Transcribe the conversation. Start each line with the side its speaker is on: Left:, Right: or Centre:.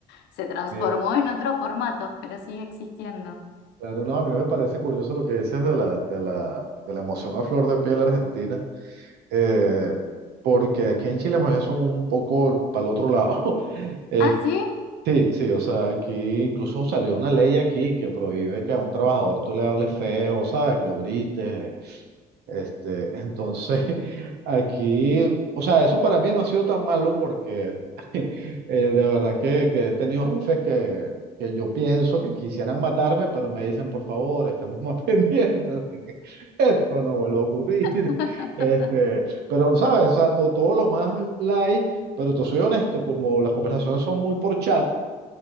Left: Se transformó
Right: Eh,
Left: en otros formatos, pero sigue existiendo.
Right: Claro, no, a mí me parece curioso lo que dices de la, de la, de la emoción a flor de piel argentina, eh, porque aquí en Chile más bien son un poco para el otro lado. <laughs> Eh,
Left: ¿Ah, sí?
Right: sí, sí, o sea, aquí incluso salió una ley aquí que prohíbe que a un trabajador tú le hables feo, ¿sabes? Que lo grites, Este, entonces, <laughs> aquí, o sea, eso para mí no ha sido tan malo porque <laughs> eh, de verdad que, que he tenido jefes que, que yo pienso que quisieran matarme, pero me dicen, por favor, estemos más <laughs> pendientes de que esto no vuelva a ocurrir.
Left: <laughs>
Right: Este, pero, ¿sabes? O sea, to- todo lo más light, pero te soy honesto, como las conversaciones son muy por chat,